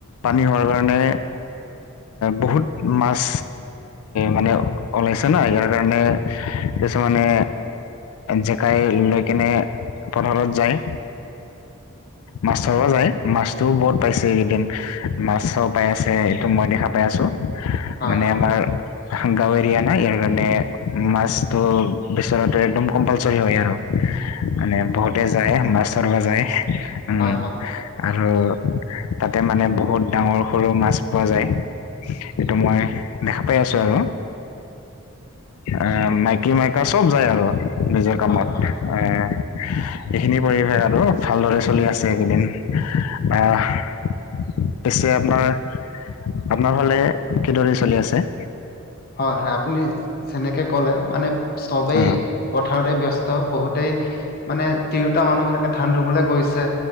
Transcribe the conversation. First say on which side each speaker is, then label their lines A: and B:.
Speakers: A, on the left; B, on the left.
A: পানী হোৱাৰ কাৰণে বহুত মাছ মানে ওলাইছে। ন' ইয়াৰ কাৰণে কিছুমানে জেকাই লৈ কিনে পথাৰত যায়। মাছৰ যায় মাছটো বহুত পাইছে এইকেইদিন, মাছ ও পাই আছে এইটো মই দেখা পাই আছোঁ।
B: হয়
A: মানে
B: হয়
A: আমাৰ গাঁও এৰিয়া নাই ইয়াৰ কাৰণে মাছটো বিচৰাটো একদম কম্পালচৰি হয় আৰু। মানে বহুতে যায় মাছ ধৰবা যায় উম,
B: হয় হয়
A: আৰু তাতে মানে বহুত ডাঙৰ সৰু মাছ পোৱা যায়। এইটো মই দেখা পাই আছোঁ আৰু। আ, মাইকী মাইকা চব যায় আৰু। নিজৰ কামত
B: হয় হয়
A: এইখিনি পৰিৱেশ আৰু ভালদৰে চলি আছে এইকেইদিন আহ পিছে আপোনাৰ আপোনাৰ ফালে কিদৰে চলি আছে।
B: হয়, হয়, আপুনি যেনেকে ক'লে মানে চবেই
A: অ
B: পথাৰতে ব্যস্ত বহুত হেই মানে তিৰোতা মানুহ বিলাকে ধান ৰুবলৈ গৈছে